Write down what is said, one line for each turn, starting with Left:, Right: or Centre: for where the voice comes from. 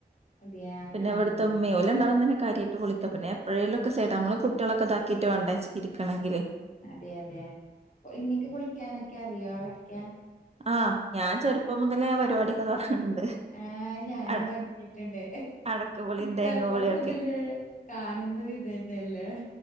Left: അതെയാ
Right: പിന്നെ
Left: ആഹ്
Right: ഇവിടത്തെ ഉമ്മി. ഓല് രണ്ടാളും തന്നെ കാര്യായിട്ട് പൊളിക്ക പിന്നെ എപ്പെഴേലൊക്കെ സൈഡാ അമ്മള് കുട്ടികളൊക്കൊ ഇതാക്കിട്ട് വേണ്ടേ ഇരിക്കണെങ്കില്
Left: അതെ അതെ ഇങ്ങക്ക് പൊളിക്കാനൊക്കെ അറിയോ? അടക്ക
Right: ആഹ് ഞാൻ ചെറുപ്പം മുതലേ പരിപാടിയൊക്കെ <unintelligible>
Left: ആഹ് ഞാനും
Right: അട
Left: തൊടങ്ങീട്ടുണ്ട്.
Right: അടക്കപൊളിയും
Left: ചെറുപ്പം
Right: തേങ്ങ പൊളിയും
Left: മുതല്
Right: ഒക്കെ
Left: കാണ് <unintelligible> ഇതന്നെ അല്ലേ.